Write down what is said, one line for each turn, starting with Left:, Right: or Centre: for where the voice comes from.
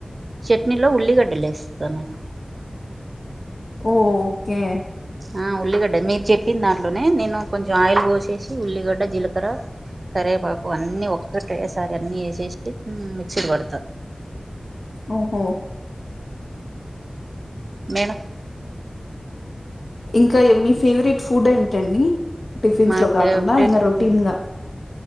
Right: చట్నీలో ఉల్లిగడ్డలు ఏస్తా మేడం.
Left: ఓకే.
Right: ఆహ్ ఉల్లిగడ్డ మీర్ చెప్పిందాంట్లోనే నేను కొంచెం ఆయిల్ వోసేసి ఉల్లిగడ్డ జీలకర్ర. కరెపాకు అన్ని ఒక్కటెసారి అన్ని ఏసేసి మిక్సిడ్వడ్త.
Left: ఓహో.
Right: మేను.
Left: ఇంకా ఏమి మీ ఫేవరెట్ ఫుడ్ ఏంటండి. టిఫిన్స్
Right: నా
Left: లో
Right: ఫేవరెట్
Left: కాకుండా ఇంగ రొటీన్
Right: ఫుడ్
Left: గా